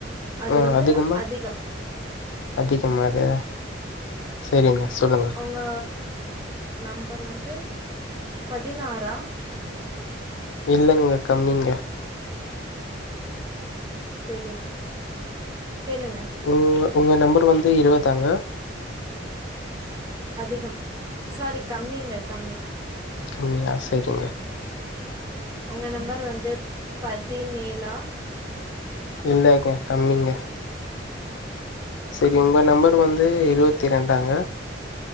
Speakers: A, on the right; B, on the left.
A: அது
B: ஆ
A: வந்து
B: அதிகமா
A: அதிக
B: அதிகமா அது செரிங்க சொல்லுங்க
A: ஒங்க நம்பர் வந்து பதினாறா
B: இல்லங்க கம்மிங்க
A: செரிங்க கேளுங்க
B: உ ஒங்க நம்பர் வந்து இருவதாங்க
A: அதிகம் சாரி கம்மிங்க கம்மி
B: கம்மியா செரிங்க
A: ஒங்க நம்பர் வந்து பதி னேலா
B: இல்லேங்க கம்மிங்க செரி
A: கம்மி
B: உங்க நம்பர் வந்து இருவத்தி ரெண்டாங்க